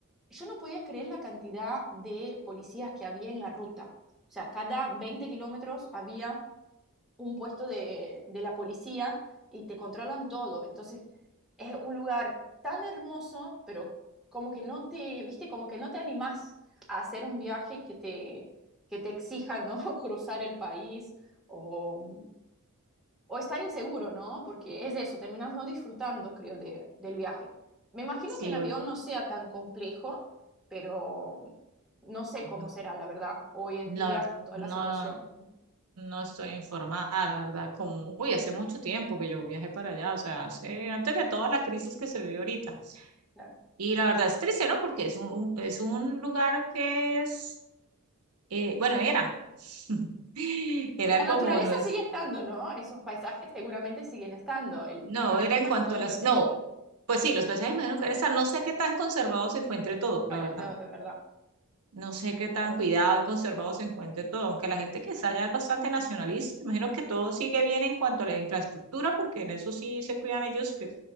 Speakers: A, in the centre; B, on the right.
A: Yo no podía creer la cantidad de policías que había en la ruta. O sea, cada 20 kilómetros había un puesto de, de la policía y te controlan todo. Entonces, es un lugar tan hermoso, pero como que no te, viste, como que no te animás a hacer un viaje que te, que te exija, ¿no? <laughs> Cruzar el país o, o estar inseguro, ¿no? Porque es eso, terminas no disfrutando, creo, de- del viaje. Me imagino
B: Sí,
A: que en avión
B: uy,
A: no sea tan complejo, pero no sé cómo
B: no,
A: será, la verdad, hoy en
B: la
A: día
B: verdad,
A: con toda
B: no,
A: la situación.
B: no estoy informada, la verdad, como, uy, hace mucho tiempo que yo viajé para allá, o sea, hace, antes de toda la crisis que se vivió ahorita.
A: Claro.
B: Y la verdad es triste, ¿no? Porque es un, un- es un lugar que es, eh, bueno, era, <laughs> era
A: La naturaleza
B: como, no es,
A: sigue estando, ¿no? Esos paisajes seguramente siguen estando. El
B: no,
A: problema
B: era en cuanto
A: es todo
B: a
A: lo
B: las,
A: que...
B: no, pues sí, los paisajes imagino que están, no sé qué tan conservado se encuentre todo,
A: Bueno,
B: la verdad.
A: eso es verdad,
B: No sé
A: eso
B: qué tan
A: es verdad.
B: cuidado y conservado se encuentre todo, aunque la gente que está allá es bastante nacionalista, imagino que todo sigue bien en cuanto a la infraestructura, porque en eso sí se cuidan ellos, que